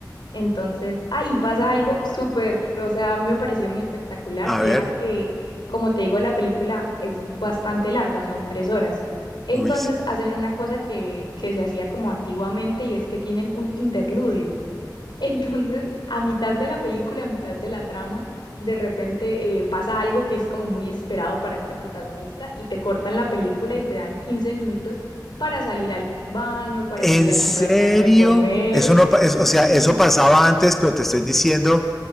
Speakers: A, on the left (about 90°); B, in the centre.
A: Entonces, ah, y pasa algo súper, o sea, a mí me pareció muy espectacular
B: a
A: y
B: ver.
A: era que, como te digo, la película es bastante larga, son tres horas. Entonces
B: Uy, sí.
A: hacen una cosa que, que se hacía como antiguamente y es que tienen un interludio. <laughs> Entonces, a mitad de la película, a mitad de la trama, de repente eh, pasa algo que es como muy esperado para este protagonista y te cortan la película y te dan 15 minutos para salir al baño, para
B: ¿En
A: salir a
B: serio?
A: comprarte algo de comer.
B: Eso no, pa- es-
A: Sí.
B: o sea, eso pasaba antes, pero te estoy diciendo